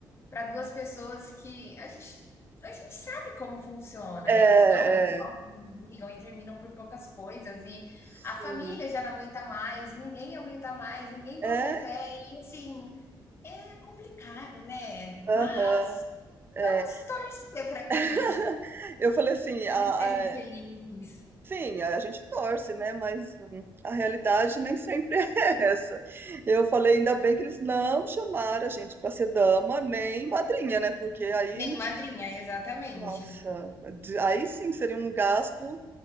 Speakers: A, on the left; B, on the right.
A: para 2 pessoas que a gente a gente sabe como funciona.
B: É,
A: Eles vão e voltam,
B: é,
A: e brigam e terminam por poucas coisas, e
B: sim.
A: a família já não aguenta mais, ninguém aguenta mais, ninguém bota
B: É,
A: fé e, assim é complicado, né? Mas
B: aham, é.
A: vamos torcer para que
B: <laughs> Eu falei assim, a,
A: eles sejam felizes.
B: a- sim, a gente torce, né? Mas hum, a realidade nem sempre <laughs> é essa. Eu falei, ainda bem que eles não chamaram a gente para ser dama nem madrinha, né? Porque aí
A: Nem madrinha, exatamente.
B: Nossa, de- aí sim seria um gasto